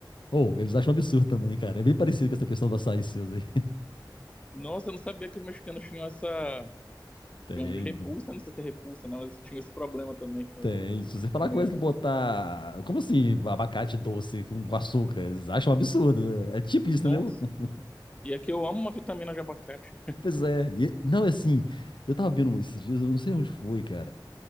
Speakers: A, on the left; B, on the left.
A: Ou, eles acham um absurdo também, cara. É bem parecido com essa questão do açaí seus aí.
B: Nossa, eu não sabia que os mexicanos tinham essa,
A: Tendo,
B: digamos, repulsa, não sei se é repulsa, né? Mas eles tinham esse problema também com,
A: tem. Se você falar
B: com meu,
A: coisa que botar. Como assim? Abacate doce com açúcar? Eles acham um absurdo. É tipo isso,
B: Nossa,
A: entendeu? <laughs>
B: e é que eu amo uma vitamina de abacate.
A: Pois é. E- não, é assim. Eu tava vendo um esses dias, eu não sei onde foi, cara.